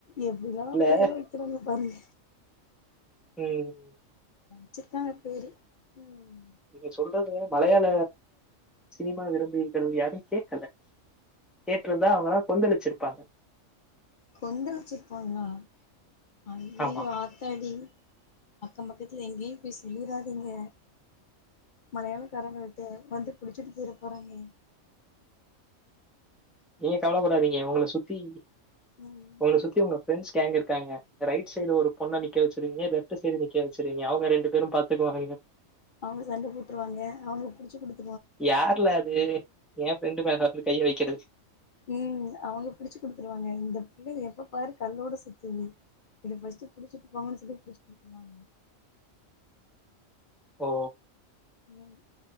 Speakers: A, on the left; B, in the centre.
A: எப்பிடிலா
B: இல்ல
A: பேர் வெக்குறாங்க பாருங்க
B: ம்
A: வெச்சிருக்காங்க பேரு ம்
B: நீங்க சொல்றது மலையாள சினிமா விரும்பி யாரு கேக்கல கேட்ருந்தா அவங்கல்லா கொந்தளிச்சிருப்பாங்க
A: கொந்தலச்சிருப்பாங்களா ஐயையோ
B: ஆமா
A: ஆத்தாடி அக்கம் பக்கத்துல எங்கயும் போய் சொல்லிறாதீங்க மலையாளக்காரங்கள்ட்ட வந்து புடிச்சிட்டு போயிற வராங்கே
B: நீங்க கவலபடாதீங்க உங்கள சுத்தி
A: ம்
B: உங்கள சுத்தி உங்க பிரண்ட்ஸ் கேங்க இருக்காங்க ரைட் சைடு ஒரு பொண்ண நிக்க வச்சிருங்க லெஃப்ட் லெஃப்ட் சைடு நிக்க வச்சிருங்க அவங்க ரெண்டு பேரும் பாத்து <unintelligible>
A: அவங்க சண்ட போட்டுருவாங்க அவங்க புடிச்சு குடுத்
B: யார் ல அது என் ஃப்ரெண்டு தா வசந்த் கையை வைக்கிறது
A: உம் அவங்க புடிச்சு குடுத்துருவாங்க இந்த புள்ள எப்ப பாரு கல்லோட சுத்துது இத ஃபர்ஸ்ட் புடிச்சுட்டு போங்கன்னு சொல்லி புடிச்சு குடுத்துருவாங்க
B: ஓ
A: உம்